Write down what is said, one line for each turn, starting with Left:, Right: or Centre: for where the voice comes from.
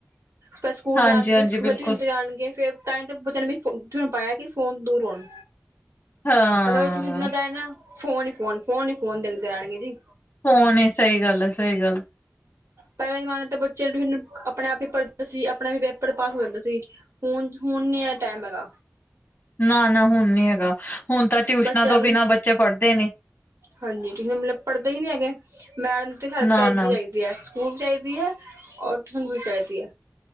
Right: ਫੇਰ ਸਕੂਲ
Left: ਹਾਂਜੀ
Right: ਜਾਣਗੇ
Left: ਹਾਂਜੀ
Right: ਫਿਰ
Left: ਬਿਲਕੁਲ
Right: ਟਿਊਸ਼ਨ ਤੇ ਜਾਣਗੇ ਫੇਰ ਤਾਂਈ ਤੇ ਬੱਚਿਆਂ ਨੇ ਵੀ ਟੀਉਸ਼ਨ ਪਾਇਆ ਕਿ ਫੋਨ ਦੂਰ ਹੋਣ।
Left: ਹਾਂ
Right: ਅਗਰ ਓ ਟਿਉਸ਼ਨ ਨਾ ਜਾਏ ਨਾ ਫੋਨ ਈ ਫੋਨ, ਫੋਨ ਈ ਫੋਨ ਦੇਖਦੇ ਰਹਿਣਗੇ ਜੀ।
Left: ਫੋਨ ਏ ਸਈ ਗੱਲ ਐ, ਸਈ ਗੱਲ ਐ।
Right: ਪੈਲੇ ਜਮਾਨੇ ਤਾਂ ਬੱਚਿਆਂ ਨੂੰ ਟਿਉਸ਼ਨ ਅਪਣੇ ਆਪ ਈ ਪੜਦੇ ਸੀ ਅਪਣਾ ਵੀ ਪੇਪਰ ਪਾਸ ਹੋ ਜਾਂਦੇ ਸੀ। ਹੁਣ, ਹੁਣ ਨੀ ਐ ਟੈਮ ਹੈਗਾ।
Left: ਨਾ-ਨਾ ਹੁਣ ਨੀ ਹੈਗਾ। ਹੁਣ ਤਾਂ ਟਿਊਸ਼ਨਾਂ
Right: ਬੱਚਿਆਂ
Left: ਤੋਂ
Right: ਨੂੰ
Left: ਬਿਨਾਂ ਬੱਚੇ ਪੜ੍ਹਦੇ ਨੇ
Right: ਹਾਂਜੀ, ਟਿਉਸ਼ਨ ਮਤਲਬ ਪੜਦੇ ਈ ਨਈ ਹੈਗੇ, ਮੈਡਮ ਤੇ ਹੈਲਪ
Left: ਨਾ
Right: ਚਾਈਦੀ-ਚਾਈਦੀ
Left: ਨਾ
Right: ਐ। ਸਕੁਲ ਚਾਈਦੀ ਐ ਓਰ ਟਿਉਸ਼ਨ ਵੀ ਚਾਈਦੀ ਐ।